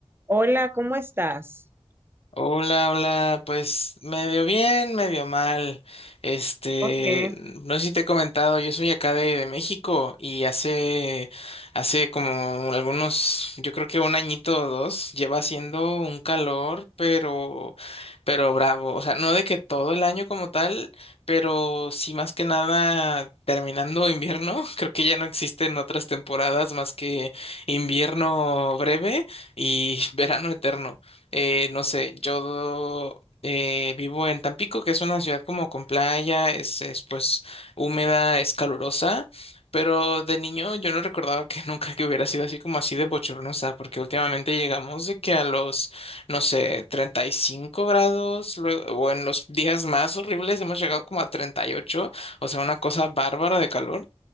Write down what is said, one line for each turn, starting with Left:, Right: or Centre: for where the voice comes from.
Right: Hola, ¿cómo estás?
Left: Hola, hola, pues medio bien, medio mal. Este,
Right: ¿Por qué?
Left: no sé si te he comentado, yo soy acá de, de México y hace, hace como algunos, yo creo que un añito o dos, lleva haciendo un calor, pero, pero bravo. O sea, no de que todo el año como tal, pero sí más que nada terminando invierno. <laughs> Creo que ya no existen otras temporadas más que invierno breve y <laughs> verano eterno eh, no sé, yo eh, vivo en Tampico, que es una ciudad como con playa, es, es, pues húmeda, es calurosa, pero de niño yo no recordaba que <laughs> nunca que hubiera sido así como así de bochornosa, porque últimamente llegamos de que a los, no sé, 35 grados, luego, o en los días más horribles hemos llegado como a treinta y ocho o sea, una cosa bárbara de calor